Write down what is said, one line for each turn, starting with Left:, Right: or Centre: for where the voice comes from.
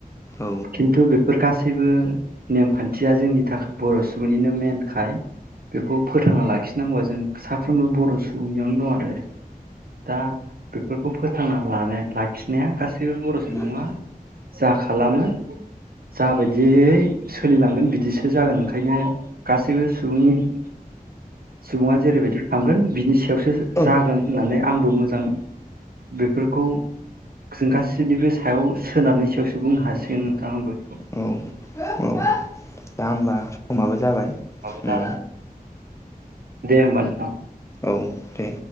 Left: औ
Right: खिन्थु बेफोर गासैबो नेमखान्थिया जोंनि थाखाय बर' सुबुंनिनो मेनखाय बेखौ फोथांना लाखिनांगौआ जों साफ्रोमबो बर' सुबुंनियावनो दं आरो दा बेफोरखौ फोथांना लानाय लाखिनाया गासैबो बर' सुबुङा
Left: उम
Right: जा खालामो जा बायदियै सोलिलांगोन बिदिसो जागोन ओंखायनो गासैबो सुबुंनि सुबुङा जेरैबायदि थांगोन बिनि सायावसो
Left: औ
Right: जागोन होननानै आंबो मोजां बेफोरखौ जों गासैनिबो सायाव सोनारनायनि सायावसो बुंनो हासिगोन नोंथां आंबो बेखौ
Left: औ औ दा होमबा समाबो जाबाय
Right: औ
Left: उम
Right: दे होमबा नोंथां
Left: औ दे